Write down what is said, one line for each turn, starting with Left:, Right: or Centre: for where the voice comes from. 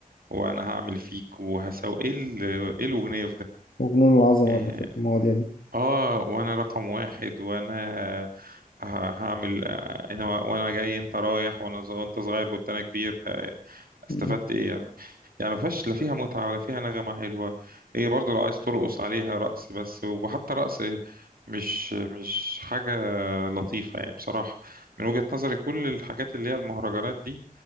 Right: وانا هعمل فيك وهسوي ايه ال- ايه الاغنيه في ده
Left: وجنون العظمة
Right: يعني،
Left: اللي في المواضيع دي
Right: اه وانا رقم واحد وانا ه- هعمل انا وانا جاي انت رايح وانا ز- وانت صغير كنت انا كبير آه، استفدت
Left: مم.
Right: ايه يعني؟ يعني ما فيهاش لا فيها متعة ولا فيها نغمة حلوة هي برضو لو عايز ترقص عليها رقص بس وحتى رقص مش مش حاجة لطيفة يعني بصراحة من وجهة نظري كل الحاجات اللي هي المهرجانات دي